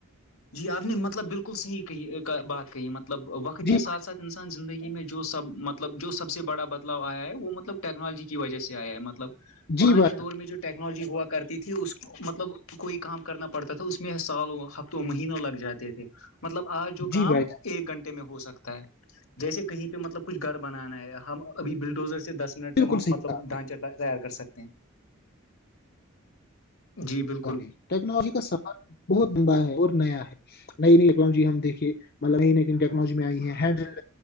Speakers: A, on the left; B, on the left.
A: جی آپ نے مطلب بالکل صحیح کہی بات کہی مطب مطلب وقت
B: جی
A: کے ساتھ ساتھ انسان زندگی میں جو سب مطلب جو سب سے بڑا بدلاؤ آیا ہے وہ مطلب ٹیکنالوجی کی وجہ سے آیا ہے مطلب پرانے
B: جی بھائی
A: دور میں جو ٹیکنالوجی ہوا کرتی تھی اس مطلب کوئی کام کرنا پڑ پڑتا تھا اس میں سالوں ہفتوں مہینوں لگ جاتے تھے مطلب آج جو
B: جی
A: کام
B: بھائی جان
A: ایک گھنٹے میں ہو سکتا جیسے کہیں پہ مطلب کچھ گھر بنانا ہے ہم ابھی بلڈوزر سے دس منٹ
B: بالکل
A: میں
B: صحیح
A: مطلب
B: کہا آپ نے
A: دھان چا تیار کر سکتے ہیں جی بالکل
B: میں ٹیکنالوجی کا سفر بہت لمبا ہے اور نیا ہے نئی نئی ٹیکنالوجی ہم دیکھے مطلب نئی نئی نئی ٹیکنالوجی میں آئی ہے ہینڈ